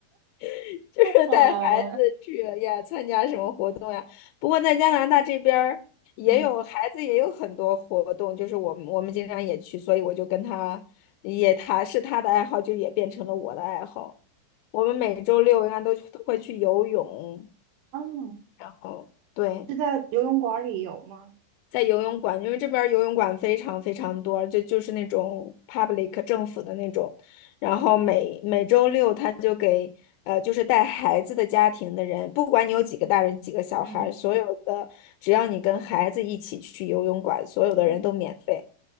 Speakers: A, on the left; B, on the right.
A: <laughs> 就是带孩子去呀参加什么活动。
B: 哦，
A: 不过在加拿大这边儿也有孩子也有很多活动，
B: 嗯。
A: 就是我们我们经常也去，所以我就跟他也他是他的爱好，就也变成了我的爱好。我们每周六应该都都会去游泳，
B: 嗯，
A: 然后对，
B: 是在游泳馆里有吗？
A: 在游泳馆，因为这边儿游泳馆非常非常多，就就是那种 public 政府的那种，然后每每周六他就给呃，就是带孩子的家庭的人，不管你有几个大人几个小孩儿，
B: 嗯
A: 所有的只要你跟孩子一起去游泳馆，所有的人都免费。
B: 嗯